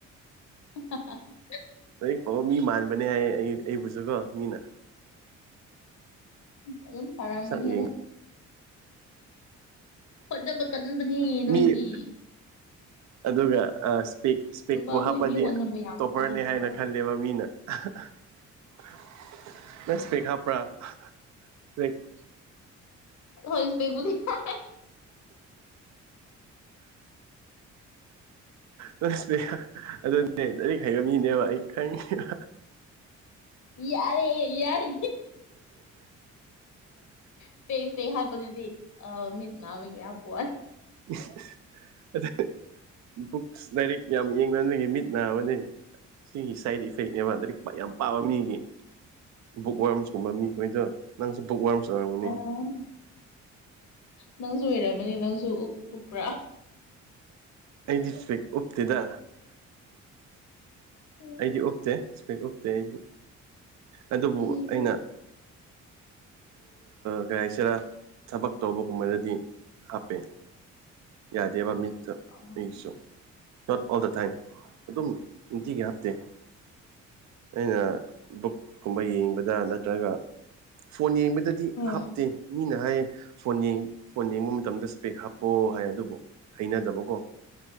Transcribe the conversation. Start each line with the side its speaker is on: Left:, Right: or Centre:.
Left: <unintelligible>
Right: ꯂꯥꯏꯔꯤꯛ ꯐꯥꯎꯕ ꯃꯤ ꯃꯥꯟꯕꯅꯦ ꯍꯥꯏꯌꯦ ꯑꯩ ꯑꯩꯕꯨꯁꯨꯀꯣ ꯃꯤꯅ
Left: ꯑꯗꯨ ꯑꯗꯨꯝ ꯐꯔꯃꯅꯤ
Right: ꯁꯛ ꯌꯦꯡ
Left: ꯍꯣꯠꯅꯕ ꯀꯟꯕꯅꯤ
Right: ꯃꯤ
Left: ꯅꯣꯏꯗꯤ
Right: ꯑꯗꯨꯒ ꯏꯁꯄꯦꯛ ꯏꯁꯄꯦꯛꯄꯨ
Left: ꯅꯨꯄꯥꯈꯣꯏꯗꯤ
Right: ꯍꯥꯞꯄꯗꯤ
Left: ꯍꯣꯠꯅꯕ ꯌꯥꯝ
Right: ꯇꯣꯞꯄꯔꯅꯦ
Left: ꯀꯟꯂꯤꯑꯦꯕ
Right: <unintelligible> <unintelligible>
Left: <unintelligible>
Right: <unintelligible> ꯑꯗꯨꯅꯦ ꯂꯥꯏꯔꯤꯛ ꯍꯩꯕ ꯃꯤꯅꯦꯕ ꯑꯩ ꯈꯪꯉꯤꯕ
Left: ꯌꯥꯔꯦ ꯌꯥꯔꯦ ꯏꯁꯄꯦꯛ ꯍꯥꯞꯄꯗꯨꯗꯤ ꯑ ꯃꯤꯠ ꯅꯥꯕꯒꯤ ꯍꯥꯞꯄꯨ
Right: <unintelligible> ꯕꯨꯛꯁ ꯂꯥꯏꯔꯤꯛ ꯌꯥꯝ ꯌꯦꯡꯕꯅꯕꯒꯤ ꯃꯤꯠ ꯅꯥꯕꯅꯤ ꯁꯤꯒꯤ ꯁꯥꯏꯠ ꯏꯐꯦꯛꯅꯦꯕ ꯂꯥꯏꯔꯤꯛ ꯌꯥꯝ ꯄꯥꯕ ꯃꯤꯒꯤ ꯕꯨꯛ ꯋꯥꯔꯝꯁꯀꯨꯝꯕ ꯃꯤꯈꯣꯏꯗꯣ ꯅꯪꯁꯨ ꯕꯨꯛ ꯋꯥꯔꯝꯁ ꯑꯣꯏꯔꯝꯒꯅꯤ
Left: ꯑꯣ ꯅꯪꯁꯨ ꯑꯣꯏꯔꯝꯃꯅꯤ ꯅꯪꯁꯨ ꯎꯞꯄ꯭ꯔꯥ
Right: ꯑꯩꯗꯤ ꯏꯁꯄꯦꯛ ꯎꯞꯇꯦꯗ
Left: ꯎꯝ,
Right: ꯑꯩꯗꯤ ꯎꯞꯇꯦ ꯏꯁꯄꯦꯛ ꯎꯞꯇꯦ ꯑꯩꯗꯤ ꯑꯗꯨꯕꯨ
Left: ꯏꯆꯦꯁꯦ
Right: ꯑꯩꯅ ꯀꯩ ꯍꯥꯏꯁꯤꯔꯥ ꯊꯕꯛ ꯇꯧꯕꯒꯨꯝꯕꯗꯗꯤ ꯍꯥꯞꯄꯦ ꯌꯥꯗꯦꯕ ꯃꯤꯠꯇ
Left: ꯑꯥ
Right: ꯑꯩꯒꯤꯁꯨ ꯅꯣꯠ ꯑꯣꯜ ꯗ ꯇꯥꯏꯝ ꯑꯗꯨꯝ ꯅꯨꯡꯇꯤꯒꯤ ꯍꯥꯞꯇꯦ ꯑꯩꯅ ꯕꯨꯛ ꯀꯨꯝꯕ ꯌꯦꯡꯕꯗ ꯅꯠꯇ꯭ꯔꯒ ꯐꯣꯟ ꯌꯦꯡꯕꯗꯗꯤ
Left: ꯍꯣꯏ
Right: ꯍꯥꯞꯇꯦ ꯃꯤꯅ ꯍꯥꯏ ꯐꯣꯟ ꯐꯣꯟ ꯌꯦꯡꯕ ꯃꯇꯝꯗ ꯏꯁ꯭ꯄꯦꯛ ꯍꯥꯞꯄꯑꯣ ꯍꯥꯏ ꯑꯗꯨꯕꯨ ꯍꯩꯅꯗꯕꯀꯣ